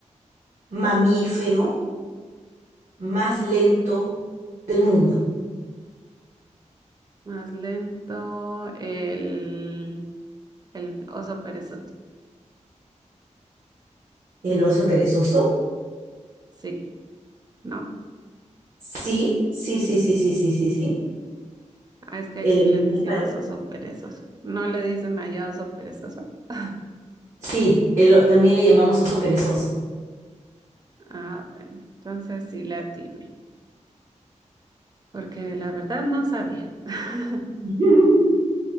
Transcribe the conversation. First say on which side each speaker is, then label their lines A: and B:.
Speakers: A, on the right; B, on the right.
A: mamífero más lento del mundo?
B: Más lento el, el oso perezoso.
A: ¿El oso perezoso?
B: Sí, ¿no?
A: Sí, sí, sí, sí, sí, sí, sí, sí.
B: Ah, es que aquí
A: El animal
B: le decimos
A: padre.
B: oso perezoso. ¿No le dicen allá oso perezoso? <laughs>
A: Sí, el también le llamamos oso perezoso.
B: Ah, bueno, entonces sí la atiné, porque la verdad no sabía. <laughs>
A: <laughs>